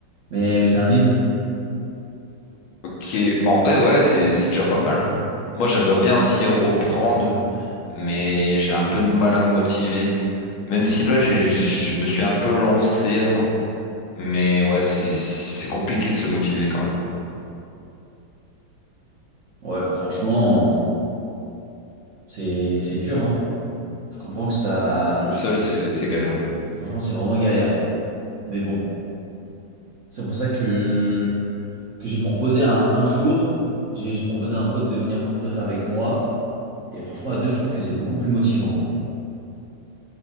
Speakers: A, on the right (about 55°); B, on the left (about 90°).
A: Mais, mais c'est un début.
B: Ok, bah en vrai, ouais, c'est c'est déjà pas mal. Moi j'aimerais bien aussi reprendre, mais j'ai un peu de mal à me motiver. Même si là j'ai, je me suis un peu lancé, mais ouais, c'est c'est compliqué de se motiver quand même.
A: Ouais, franchement, c'est, c'est dur, hein. Je comprends que ça,
B: Tout seul, c'est c'est galère.
A: franchement, c'est vraiment galère. Mais bon, c'est pour ça que, que j'ai proposé un, un jour, j'ai, j'ai proposé à un pote de venir courir avec moi. Et franchement, à deux, je trouve que c'est beaucoup plus motivant.